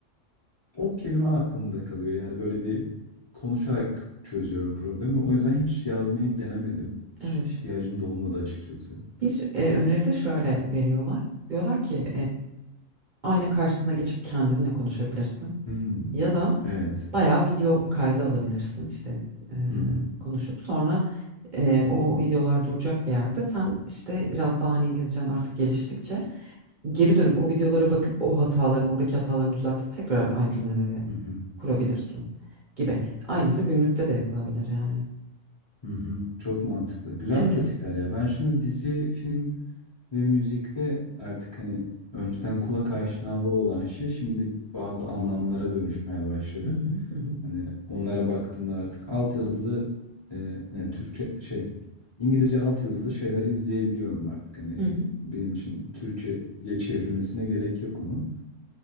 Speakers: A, on the left; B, on the right.
A: o kelime aklımda kalıyor. Yani böyle bir konuşarak çözüyorum problemi. O yüzden hiç yazmayı denemedim.
B: Evet.
A: Hiç ihtiyacım da olmadı açıkçası.
B: Bir e, öneri de şöyle veriyorlar. Diyorlar ki ayna karşısına geçip kendinle konuşabilirsin.
A: Hmm,
B: Ya da
A: evet.
B: bayağı video kaydı alabilirsin İşte e,
A: Hı hı.
B: konuşup sonra e, o videolar duracak bir yerde sen işte biraz daha hani İngilizcen artık geliştikçe geri dönüp o videolara bakıp o hatalarını oradaki hatalarını düzeltip tekrar aynı cümleleri
A: Hı hı.
B: kurabilirsin gibi. Aynısı günlükte de yapılabilir yani.
A: Hı hı. Çok mantıklı. Güzel
B: Evet.
A: pratikler ya. Ben şimdi dizi, film ve müzikte artık hani önceden kulak aşinalığı olan şey şimdi bazı anlamlara dönüşmeye başladı.
B: Hı hı, hı hı,
A: Hani onlara baktığımda artık altyazılı e, yani Türkçe şey İngilizce altyazılı şeyler izleyebiliyorum artık. Hani
B: hı hı.
A: benim için Türkçe'ye çevrilmesine gerek yok onun.